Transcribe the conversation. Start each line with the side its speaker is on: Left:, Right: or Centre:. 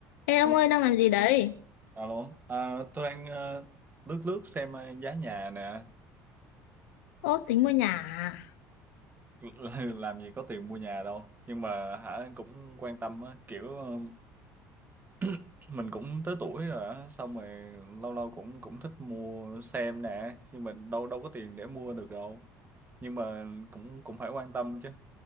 Left: Ê ông
Right: Ừ,
Left: ơi đang làm gì đấy?
Right: Alo, à, tôi đang ờ, lướt lướt xem ờ, giá nhà nè,
Left: Ố tính mua nhà à?
Right: <laughs> làm gì có tiền mua nhà đâu, nhưng mà hả cũng quan tâm á, kiểu ờ, <clears throat> mình cũng tới tuổi rồi á, xong rồi lâu lâu cũng cũng thích mua xem nè, nhưng mình đâu đâu có tiền để mua được đâu, nhưng mà cũng cũng phải quan tâm chứ.